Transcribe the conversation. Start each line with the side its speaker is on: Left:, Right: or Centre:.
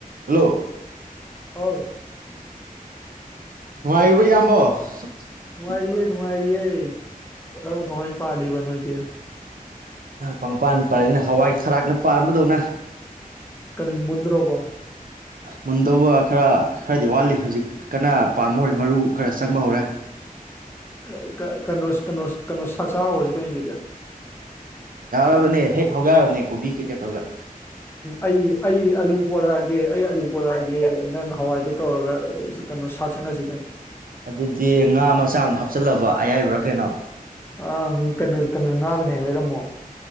Right: Hello
Left: ꯍꯧ
Right: ꯅꯨꯡꯉꯥꯏꯔꯤꯕꯣ ꯌꯥꯝ <unintelligible>
Left: ꯅꯨꯪꯉꯥꯏꯔꯤꯌꯦ ꯅꯨꯉꯥꯏꯔꯤꯌꯦ ꯀꯔꯝ ꯀꯃꯥꯏ ꯄꯥꯂꯤꯕꯥ ꯅꯣꯏꯗꯤ
Right: ꯑꯣꯣꯪꯂꯥꯟ ꯄꯥꯂꯤ ꯍꯥ <unintelligible> ꯇꯔꯛꯅ ꯄꯟꯕꯗꯧꯅ
Left: <unintelligible>
Right: ꯃꯨꯟꯗꯧꯕ ꯈꯔꯥ ꯈꯔ꯭ꯗꯤ ꯋꯥꯠꯂꯤ ꯍꯧꯖꯤꯛ ꯈꯔꯥ ꯄꯥꯟꯕ ꯍꯧꯔꯦ ꯃꯨꯔꯨ ꯆꯪꯕꯥ ꯍꯧꯔꯦ꯫
Left: <unintelligible>
Right: ꯌꯔꯕꯅꯤ ꯍꯦꯛ ꯍꯧ ꯌꯥꯔꯥꯅꯤ ꯂꯣꯕꯤ ꯀꯩꯒꯥ ꯇꯧꯔꯒꯥ
Left: ꯑꯩ ꯑꯩ ꯑꯥꯂꯨ ꯄꯨꯔꯀꯥꯒꯦ ꯑꯩ ꯑꯥꯂꯨ ꯄꯨꯔꯀꯥꯒꯦ ꯅꯒ ꯍꯑꯋꯥꯏꯗꯨꯕꯇꯧꯔꯒ ꯁꯛ ꯆꯥꯅꯥꯁꯦ ꯀꯔꯤꯅꯣ
Right: ꯑꯗꯨꯗꯤ ꯉꯥ ꯃꯆꯥ ꯑꯃꯥ ꯍꯄꯆꯤꯂꯕ ꯑꯌꯥꯏꯕꯔꯥ ꯀꯔꯤꯅꯣ
Left: <unintelligible> ꯀꯔꯤꯅꯣ ꯀꯔꯤꯅꯣ ꯉꯥꯗꯨꯅ ꯍꯦꯛ ꯂꯩꯔ꯭ꯃꯣ